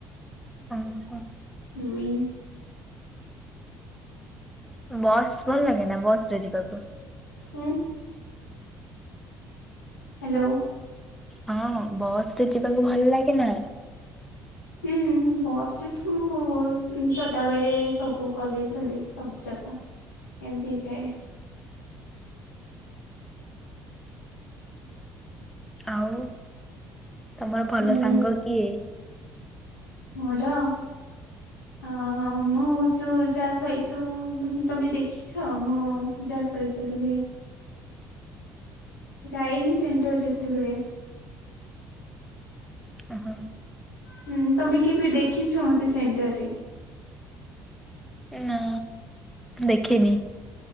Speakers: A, in the centre; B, on the left.
A: ଓହୋ।
B: ହୁଁ।
A: ଆଉ ବସ୍ ଭଲ ଲାଗେନା, ବସ୍ ରେ ଯିବାକୁ?
B: ଉଁ? ହ୍ୟାଲୋ।
A: ହଁ, ବସ୍ ରେ ଯିବାକୁ ଭଲ ଲାଗେନା?
B: ହୁଁ। ବସ ରେ ତ ସଦାବେଳେ ସବୁ କଲେଜ, ଫଲେଜ ସବୁ ଜାଗା ଏମତି ଯାଏ।
A: ଆଉ ତମର ଭଲ
B: ହୁଁ
A: ସାଙ୍ଗ କିଏ?
B: ମୋର? ଅ ମୁଁ ଚୁ ଯାହା ସହିତ ମାନେ ତମେ ଦେଖି ଛ, ମୁଁ ଯାହା ସହିତ ରୁହେ? ଯାଏନି ସେଣ୍ଟର୍ ଯେତେବେଳେେ।
A: ଓହୋ।
B: ହୁଁ ତମେ କେବେ ଦେଖିଛ, ମତେ ସେଣ୍ଟରରେ?
A: ନା। ଦେଖିନି।